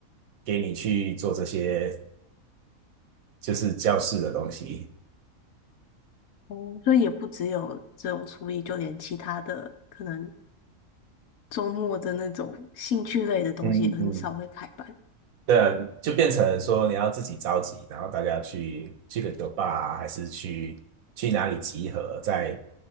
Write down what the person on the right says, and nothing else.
给你去做这些就是教室的东西。
嗯嗯嗯，对啊，就变成说你要自己召集，然后大家去去个酒吧啊，还是去去哪里集合，再